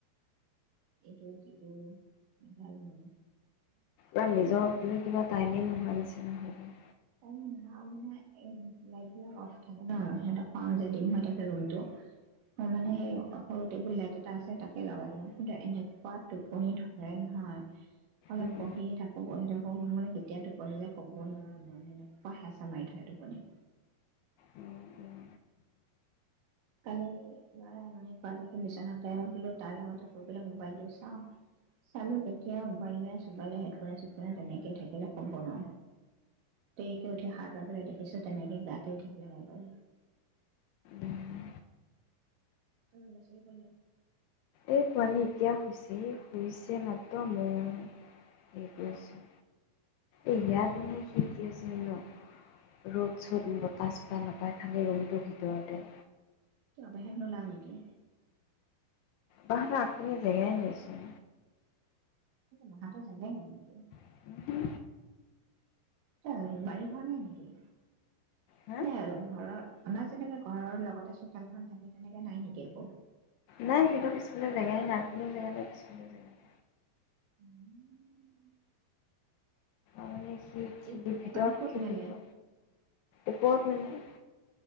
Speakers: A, on the right; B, on the left.
A: এইটো সিটো ভাল ন।
B: বা নিজৰ বুলি কিবা টাইমেই নোহোৱা নিচিনা হৈ যায়।
A: টাইম নোহোৱা মানে এ লাইট বিলাক অফ থাকে ন, সিহঁতক পাওঁ যে ডিম হৈ থাকে ৰুমটো। মই মানে সেই সৰু টেবুল লাইট এটা আছে তাকে লগাই লওঁ, কিন্তু এনেকুৱা টোপনি ধৰে নহয়। অলপ
B: উম
A: পঢ়ি থাকো, পঢ়ি থাকো, মানে কেতিয়া টোপনি যায় ক'ব নোৱাৰো। এনেকুৱা হেঁচা মাৰি ধৰে টোপনি।
B: উম উম
A: কালি ল'ৰা আমনি কৰা দেখি বিছনাতে বোলো তাৰ লগতে শুই পেলাই বোলো মোবাইলটো চাওঁ। চালো কেতিয়া মোবাইলে চোবাইলে হেডফোনে চেডফোনে তেনেকে থাকিলে ক'ব নোৱাৰো। দেৰিকে উঠি সাৰ পাই পেলা দেখিছো তেনেকে গাটো উঠি থাকিলে মোবাইল।
B: উম
A: তই লৰা ছোৱালী পালি?
B: এই পোৱালি এতিয়া শুইছে, শুইছে মাত্ৰ মোৰ সেইটোছো এ
A: উম
B: ইয়াত মানে ন' ৰ'দ -চ'দ, বতাহ- চতাহ নাপায় খালী ৰুমটোৰ ভিতৰতে।
A: কিয় বাহিৰত ললা নেকি?
B: বাহাৰ আগফালে জেগাই নাই ছোন।
A: মহাটোৱে জানে নি?
B: উহু
A: তাৰ বাৰি ঘৰ নাই নেকি?
B: হা
A: মানে ঘৰৰ আমাৰ যেনেকে ঘৰৰ লগতে চোতালখন থাকে, তেনেকে নাই নেকি একো?
B: নাই সিঁহতৰ পিছফালে জেগাই নাই, আগফালেও জেগা নাই পিছফালেও জেগা নাই।
A: উম
B: অ সি খেলি
A: কাপোৰ
B: ভিতৰত
A: কানি ক'ত
B: খেলিব,
A: মেলে
B: ওপৰত মানে।